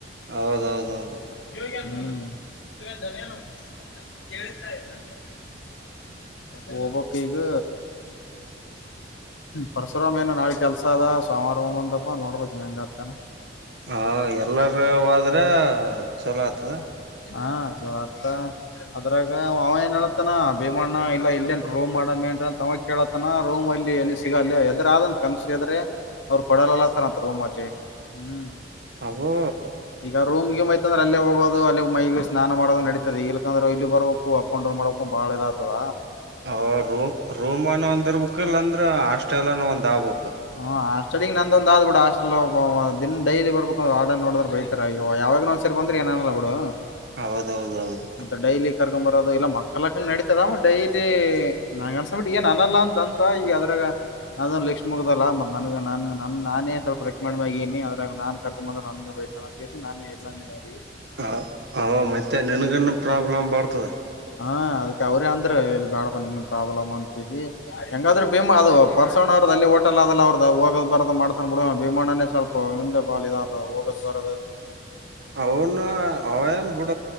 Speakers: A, on the right; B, on the left.
A: ಹೌದೌದೌದು.
B: <unintelligible> ಹೋಬೆಕ್ ಈಗ್ ಪರಶುರಾಮ ಏನ ನಾಳೆ ಕೆಲ್ಸ ಅದ ಸೋಮಾರ ಹೋಗಮ್ ಅಂದಪ್ಪ ನೋಡ್ಬೇಕಿನ್ ಹೆಂಗ ಅಂತಾನ.
A: ಹಾ ಎಲ್ಲರ ಹೋದ್ರ ಚಲೋ ಆಗ್ತದ.
B: ಹಾ ಚಲೋ ಆತದ. ಅದ್ರಾಗ ಅವ ಏನ್ ಹೇಳತ್ತನ ಭೀಮಣ್ಣ ಇಲ್ಲ ಇಲ್ಲೇನ್ ರೂಮ್ ಮಾಡಮೇನ್ರಿ ಅಂತ ಅವಾ ಕೇಳತ್ತ ತನ ರೂಮ್ ಅಲ್ಲಿ ಎಲ್ಲಿ ಸಿಗ ಎದ್ರ ಆದಂತ ಕನಸ ಏದ್ರೆ ಅವ್ರ ಕೊಡಲಲ್ಲತರಂತ ರೂಮ್ ಅಲ್ಲಿ. ಹ್ಮ್
A: ಅಬ್ಬೋ
B: ಈಗ ರೂಮ್ ಗಿಮ ಐತ ಅಂದ್ರ ಅಲ್ಲೇ ಹೋಗೋದು ಅಲ್ಲೇ ಮೈಗಿ ಸ್ನಾನ ಮಾಡೋದು ನಡಿತದ ಇಲ್ಲಿಕಂದ್ರ ಇಲ್ಲಿ ಬರ್ಬೇಕ ಕೂ ಅಪ್ ಅನ್ ಡೌನ್ ಮಾಡಕು ಬಾಳ ಇದ ಆತದ.
A: ಅ ರೂಮ್ ರೂಮ್ ನ ಒಂದ್ ಇರ್ಬಕ್ ಇಲ್ಲ ಅಂದ್ರ ಹಾಸ್ಟೆಲ್ ಅನ ಒಂದ್ ಆಬಕ್.
B: ಹ ಹಾಸ್ಟೆಲ್ಗ್ ನಂದೊಂದ ಆದ್ ಬಿಡ ಹಾಸ್ಟಲ್ದಾಗ್ ಒಬ್ಬವ್ ಡೈಲಿ ಬರ್ಬೇಕಂದ್ರ ವಾರ್ಡನ್ ನೋಡಿದ್ರ ಬೈ ಯಾವಾಗ ಒಂದ್ ಸರಿ ಬಂದ್ರ ಏನ್ ಅನಲ್ಲಾ ಬಿಡು
A: ಹೌದೌದೌದು
B: ಮ ಡೈಲಿ ಕರ್ಕಂಬರದು ಇಲ್ಲ ಮಕ್ಕಳಕ್ಕನೂ ನಡಿತದದ ಡೈಲಿ ನಂಗ್ ಅನ್ಸ ಮಟ್ಟಿಗ್ ಈಗ ನಾನಲ್ಲ ಅಂತ ಅಂತ ಈಗ ಅದ್ರಾಗ ಅದೊಂದ ಲಕ್ ಮುಗದಲ್ಲಾ ಮತ್ತ ನನಗ್ ನಾನ ನಾನೇ ಸ್ವಲ್ಪ ರೆಕ್ಮೆಂಡ್ ಮ್ಯಾಲ ಆಗಿನಿ ಅದ್ರಾಗ ನಾನ ಕರ್ಕೊಂಡ್ ಬಂದ್ರ ನಂಗೆ ಅಂದ ಕೇಶಿಂದ ನಾನೇ ಇಲ್ಲ ಅಂದಿನಿ ಅವ್ರಿಗಿ.
A: ಹ ಹ ಮತ್ತೆ ನಿನ್ಗನ್ನ ಪ್ರಾಬ್ಲಮ್ ಬರ್ತದ.
B: ಹಾ ಅದಕ್ಕೆ ಅವ್ರೇ ಅಂದ್ರ ಇಲ್ಲಿ ಬೇಡಪಾ ನಿನಗ ಪ್ರಾಬ್ಲಮ್ ಅಂತಿದಿ. <unintelligible> ಹೆಂಗ ಆದರಾ ಭೀಮಾ ಅದು ಪಾರಸಾ ಅಣ್ಣ ಅವರದ ಅಲ್ಲಿ ಹೋಟಲ್ ಅದ ಅಲ್ಲ ಅವರದ್ದ ಹೋಗೋದ ಬರೋದು ಮಾಡ್ತಾನ್ ಬಿಡ ಭಮಾನೇ ಸ್ವಲ್ಪ. <unintelligible> ಊರಿಂದ ಬಾಲ್ ಇದ ಆತ ಹೋಗೋದು ಬರದ. <unintelligible>
A: <unintelligible> ಅವನು ಅವ ಏನ್ ಬಿಡ